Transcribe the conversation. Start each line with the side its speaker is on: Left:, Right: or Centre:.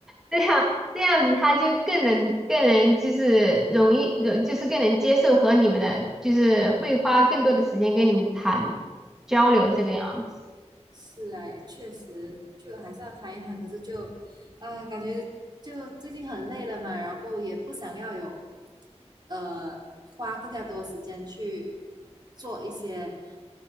Centre: 这样这样子，他就更能更能就是容易，容就是更能接受和你们的，就是会花更多的时间跟你们谈交流这个样子，
Right: 是啊，也确实就还是要谈一谈，可是就，啊、感觉就最近很累了嘛，然后过后也不想要有呃花更加多时间去做一些